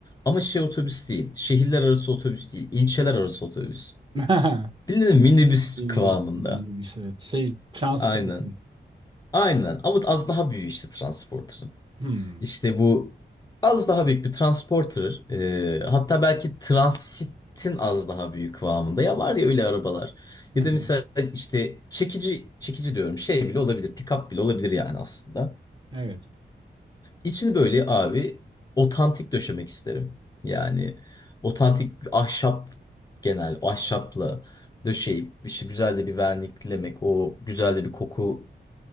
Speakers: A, on the left (about 20°); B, on the right (about 25°).
A: Ama şey otobüs değil. Şehirler arası otobüs değil. ilçeler arası otobüs.
B: <laughs>
A: Bildin mi? Minibüs
B: Bildim,
A: kıvamında.
B: bildim, minibüs, evet. Şey, transport.
A: Aynen. Aynen. Ama az daha büyük işte transporterın.
B: Hmm.
A: İşte bu az daha büyük bir transporter. e, hatta belki transitin az daha büyük kıvamında. Ya var ya öyle arabalar. Ya
B: Hı hı.
A: da mesela işte çekici, çekici diyorum şey bile olabilir. Pick-up bile olabilir yani aslında.
B: Evet.
A: İçini böyle abi otantik döşemek isterim. Yani otantik ahşap genel ahşapla döşeyip işte güzel de bir verniklemek. O güzel de bir koku